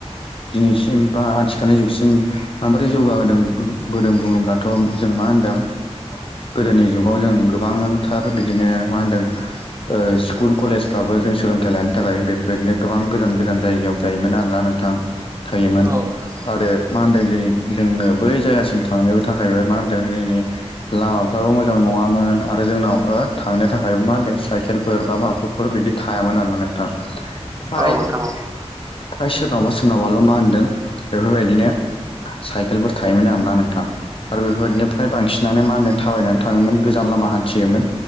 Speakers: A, on the left; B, on the right.
A: दिनैसिम बा आथिखालनि जुगसिम माब्रै जौगाहोदोंबोदों बुङोब्लाथ' जों मा होनदों गोदोनि जुगाव जों गोबांथार बिदिनो मा होनदों ओ स्कुल कलेजफ्राबो जों सोलोंथाइ लानो थाखाय बेफोरबायदिनो गोबां गोजान गोजान जायगायाव जायोमोन आरोना नोंथां थायोमोन
B: नोंथां
A: आरो मा होनदों जोंनि जोंनो बै जायगासिम थांनोबो थाखायबो मा होनदों जोंनि लामाफ्राबो मोजां नङामोन आरो जोंनाव थांनो थाखायबो मा होनदों साइकेलफोर बा माफाफोर बिदि थायामोन आरोना नोंथां। फ्राय
B: औ नोंथां औ
A: फ्राय सोरनावबा सोरनावबाल' मा होनदों बेफोरबायदिनो साइकेलफोर थायोमोन आरोना नोंथां। आरो बेफोरबायाददिनो फ्राय बांसिनानो मा होनो थाबायनानै थाङोमोन गोजान लामा हान्थियोमोन।